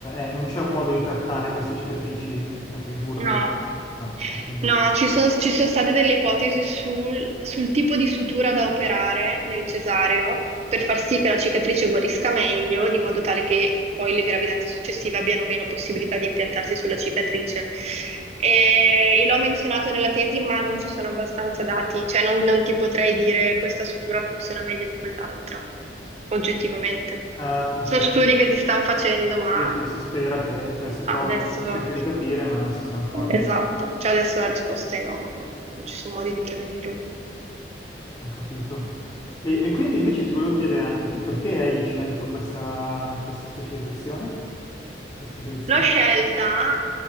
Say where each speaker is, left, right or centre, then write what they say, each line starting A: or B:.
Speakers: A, on the left (about 25°); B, on the right (about 35°).
A: è non c'è un modo di trattare queste cicatrici per ridurre.
B: No.
A: No, eh, quindi.
B: No,
A: te-
B: ci sono, ci sono state delle ipotesi sul, sul tipo di sutura da operare nel cesareo per far sì che la cicatrice guarisca meglio, di modo tale che poi le gravidanze successive abbiano meno possibilità di impiantarsi sulla cicatrice. E, e l'ho menzionato nella tesi, ma non ci sono abbastanza dati, cioè non, non ti potrei dire questa sutura funziona meglio di quell'altra, oggettivamente.
A: Ah,
B: Sono
A: ok.
B: studi che si stanno facendo, ma
A: Sì, cioè, si spera che, cioè, si prova,
B: adesso...
A: di- si cerca di capire, ma non si sa ancora.
B: Esatto, cioè adesso la risposta è no, non non ci sono modi di prevenirlo.
A: Ho capito. E, e quindi invece ti volevo chiedere anche tu perché hai scelto questa, questa specializzazione, questa direzione?
B: L'ho scelta